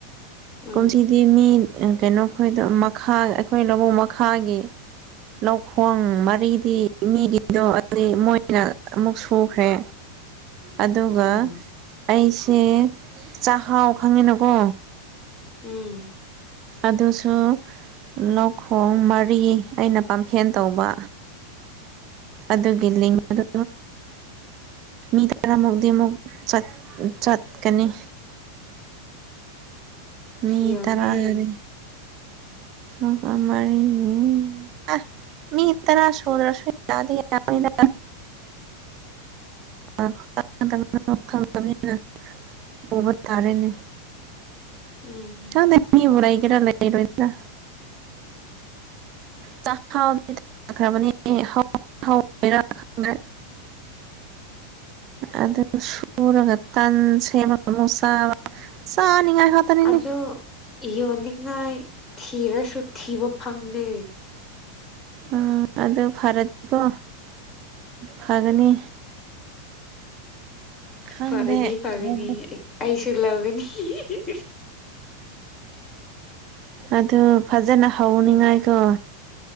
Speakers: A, on the left (about 25°); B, on the right (about 35°).
A: ꯎꯝ
B: ꯀꯨꯝꯁꯤꯗꯤ ꯃꯤ ꯀꯩꯅꯣ ꯑꯩꯈꯣꯏꯗ ꯃꯈꯥ ꯑꯩꯈꯣꯏ ꯂꯧꯕꯨꯛ ꯃꯈꯥꯒꯤ ꯂꯧꯈꯣꯡ ꯃꯔꯤꯗꯤ ꯃꯤꯒꯤꯗꯣ ꯑꯗꯨ ꯃꯣꯏꯅ ꯑꯃꯨꯛ ꯁꯨꯈ꯭ꯔꯦ ꯑꯗꯨꯒ
A: ꯑꯣ
B: ꯑꯩꯁꯦ ꯆꯥꯛꯍꯥꯎ ꯈꯪꯉꯤꯅꯀꯣ
A: ꯎꯝ
B: ꯑꯗꯨꯁꯨ ꯂꯧꯈꯣꯡ ꯃꯔꯤ ꯑꯩꯅ ꯄꯥꯝꯐꯦꯟ ꯇꯧꯕ ꯑꯗꯨꯒꯤ ꯂꯤꯡꯑꯗꯨ ꯃꯤ ꯇꯔꯥꯃꯨꯛꯇꯤ ꯑꯃꯨꯛ ꯆꯠ ꯆꯠꯀꯅꯤ ꯃꯤ
A: ꯌꯥꯝꯃꯦꯍꯦ
B: ꯇꯔꯥ ꯔꯤ ꯃ ꯃꯔꯤ <unintelligible> ꯃꯤ ꯇꯔꯥ ꯁꯨꯗ꯭ꯔꯁꯨ ꯌꯥꯗꯤ ꯌꯥꯅꯤꯗ <unintelligible> ꯄꯨꯕ ꯇꯥꯔꯦꯅꯦ
A: ꯎꯝ
B: ꯆꯗ ꯏꯌꯨ ꯔꯩꯒꯦꯔ ꯂꯩꯔꯣꯏꯔ ꯆꯥ ꯈ <unintelligible> ꯪ <unintelligible> ꯗ꯭ꯔꯦ ꯑꯗ ꯁꯨꯔꯒ ꯇꯟꯁꯦꯃ ꯃꯨꯛ ꯆꯥꯕ ꯆꯥ ꯅꯤ ꯉꯥꯏꯍ ꯇꯅꯤꯅꯦ
A: ꯑꯗꯣ ꯌꯣꯟꯅꯤꯡꯉꯥꯏ ꯊꯤꯔꯁꯨ ꯊꯤꯕ ꯐꯪꯗꯦ
B: ꯎꯝ ꯑꯗꯨ ꯐꯔꯠꯇꯤꯀꯣ ꯐꯒꯅꯤ ꯈꯪꯗꯦ
A: ꯐꯔꯗꯤ ꯐꯒꯅꯤ
B: ꯂꯧꯕꯨꯛ
A: ꯑꯩꯁꯨ ꯂꯧꯒꯅꯤ ꯍꯤ ꯍꯤ ꯍꯤ ꯍꯤ
B: ꯑꯗꯨ ꯐꯖꯅ ꯍꯧꯅꯤꯡꯉꯥꯏꯀꯣ